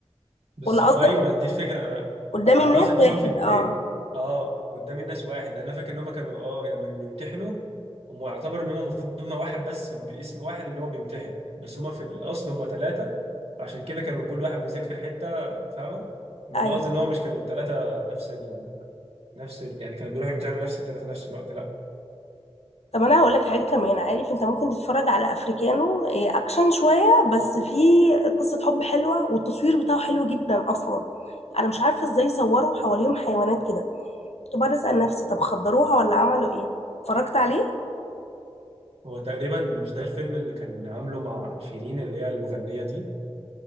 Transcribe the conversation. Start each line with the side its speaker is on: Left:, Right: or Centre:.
Right: بس
Left: ولا
Right: ما
Left: قصدك
Right: أيوه ما دي الفكرة أنا
Left: قدام
Right: أنا
Left: الناس
Right: أنا قصدي إن
Left: واحد
Right: هما في البيت
Left: اه
Right: أه قدام الناس واحد أنا فاكر إن هما كانوا أه لما بيمتحنوا هما يعتبر إن هما المفروض هما واحد بس باسم واحد اللي هو بيمتحن بس هما في الأصل هما ثلاثة عشان كده كانوا كل واحد بيذاكر حتة فاهمة إنما
Left: ايوه
Right: قصدي إن هو مش كانوا ثلاثة نفس ال... نفس ال... يعني كانوا بيروحوا يمتحنوا نفس الثلاثة في نفس الوقت لا
Left: طب انا هقول لك حاجه كمان عارف انت ممكن تتفرج على افريكانو إيه، اكشن شويه بس في قصه حب حلوه والتصوير بتاعه حلو جدا اصلا انا مش عارفه ازاي صوروا حواليهم حيوانات كده كنت بقعد اسال نفسي طب خدروها ولا عملوا ايه اتفرجت عليه
Right: هو تقريبا مش ده الفيلم اللي كان عامله مع شيرين اللي هي المغنية دي